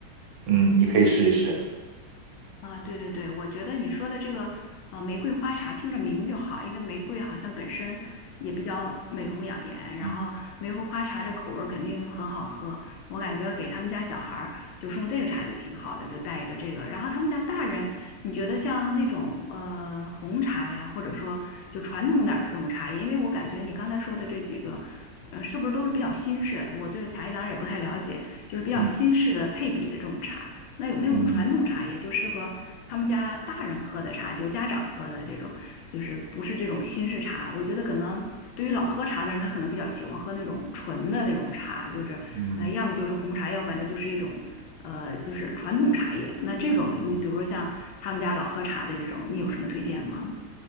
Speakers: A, on the right; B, on the left.
A: 嗯，你可以试一试。
B: 啊，对对对，我觉得你说的这个呃玫瑰花茶听着名就好，因为玫瑰好像本身也比较美容养颜，然后玫瑰花茶这口味儿肯定很好喝，
A: 嗯
B: 我感觉给他们家小孩儿就送这个茶就挺好的，就带一个这个。然后他们家大人，你觉得像那种呃红茶呀，或者说就传统点儿的这种茶叶，因为我感觉你刚才说的这几个。呃，是不是都是比较新式的？我对茶叶当然也不太了解，就是比较新式的配比的这种茶。
A: 嗯
B: 那有那种传统茶叶，
A: 嗯
B: 就适合他们家大人喝的茶，就家长喝的这种，就是不是这种新式茶。我觉得可能对于老喝茶的人，他可能比较喜欢喝那种纯的那种茶，就是呃，
A: 嗯。
B: 要么就是红茶，要么反正就是一种呃，就是传统茶叶。那这种你比如说像他们家老喝茶的这种，
A: 嗯
B: 你有什么推荐吗？